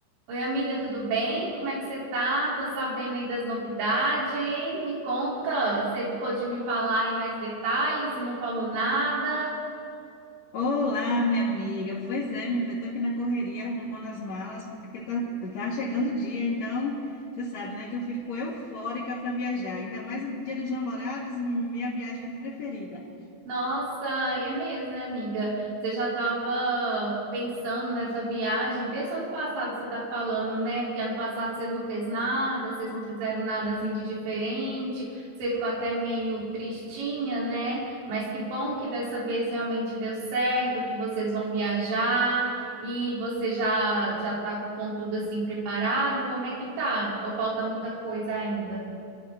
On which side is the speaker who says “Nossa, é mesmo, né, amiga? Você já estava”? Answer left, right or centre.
Right